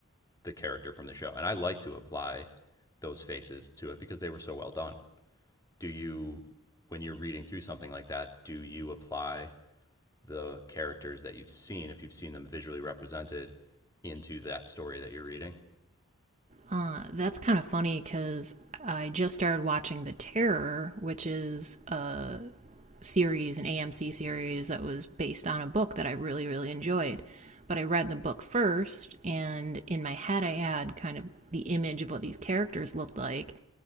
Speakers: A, on the left; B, on the right.
A: the character from the show, and I like to apply those faces to it because they were so well done. Do you, when you're reading through something like that, do you apply the characters that you've seen if you've seen them visually represented into that story that you're reading.
B: Uh, that's kind of funny because I just started watching The Terror, which is a series, an AMC series that was based on a book that I really, really enjoyed. But I read the book first, and in my head, I had kind of the image of what these characters looked like.